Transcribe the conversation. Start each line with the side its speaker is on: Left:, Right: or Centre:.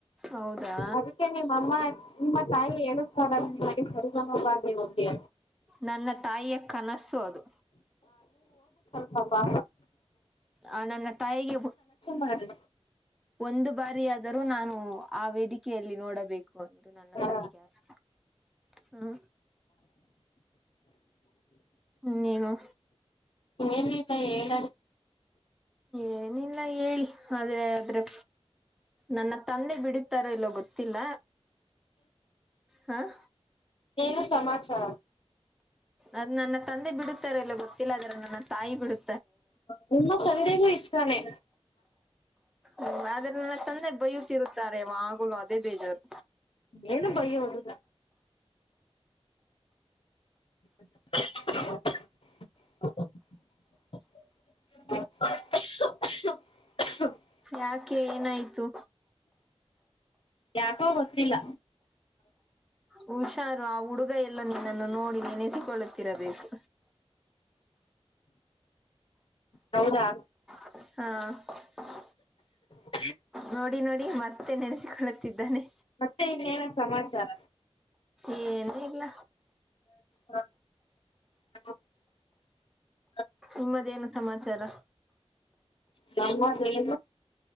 Centre: ಹೌದಾ
Left: ಅದಕ್ಕೆ ನಿಮ್ಮ ಅಮ್ಮ ನಿಮ್ಮ ತಾಯಿ ಹೇಳತಾರ ನಿಮಗೆ ಸರಿಗನೋಬಲಿ ಹೋಗಿ
Centre: ನನ್ನ ತಾಯಿಯ ಕನಸ್ಸು ಅದು
Left: ಹಬಾ
Centre: ಆ ನನ್ನ ತಾಯಿಗೆ
Left: ಮಾಡಿ
Centre: ಒಂದು ಬಾರಿ ಸರಿಯಾದರೂ ನಾನು ಆ ವೇದಿಕೆಯಲ್ಲಿ ನೋಡಬೇಕು ಹಕಂದು ನನ್ನ
Left: ಹಾ
Centre: ತಾಯಿಗೆ ಆಸ ಹ್ಮ ಇನ್ನೇನು
Left: ಏನಲ್ಲ ಹೇಳ
Centre: ಏನಿಲ್ಲ ಹೇಳಿ ಆದ್ರೆ ಆದ್ರೆ ನನ್ನ ತಂದೆ ಬಿಡಿತಾರೋ ಇಲ್ಲೋ ಗೊತ್ತಿಲ್ಲ ಹ
Left: ನೇನು ಸಮಾಚಾರ
Centre: ಅದ್ ನನ್ನ ತಂದೆ ಬಿಡುತ್ತಾರೆ ಎಲ್ಲ ಗೊತ್ತಿಲ್ಲ ಆದ್ರೆ ನನ್ನ ತಾಯಿ ಬಿಡುತ್ತ
Left: ನಿಮ್ಮ ತಂದೆಗೂ ಇಷ್ಟಾನೇ
Centre: ಹ್ಮ ಆದ್ರೆ ಚಂದೆ ಬಯ್ಯುತ್ತಿರುತ್ತಾರೆವ ಆಗಲು ಅದೇ ಬೇಜಾರು
Left: ಏನು ಬಯ್ಯೋದು <unintelligible> <unintelligible>
Centre: ಯಾಕೆ ಏನಾಯ್ತು
Left: ಯಾಕೋ ಗೊತ್ತಿಲ್ಲ
Centre: ಹುಷಾರು ಆ ಹುಡುಗ ಎಲ್ಲ ನಿನ್ನನ್ನು ನೋಡಿ ನೆನೆಸಿಕೊಳ್ಳುತ್ತಿರಬೇಕು
Left: ಹೌದಾ
Centre: ಹಾ
Left: ಹ
Centre: ನೋಡಿ ನೋಡಿ ಮತ್ತೆ ನೆನೆಸಿಕೊಳ್ಳುತ್ತಿದ್ದಾನೆ
Left: ಮತ್ತೆ ಇವನೇನ ಸಮಾಚಾರ
Centre: ಏನ ಇಲ್ಲ
Left: ಹಾ ಹ
Centre: ನಿಮ್ಮದೇಏನು ಸಮಾಚಾರ
Left: ಸಮಮ್ಮಾಜ ಎ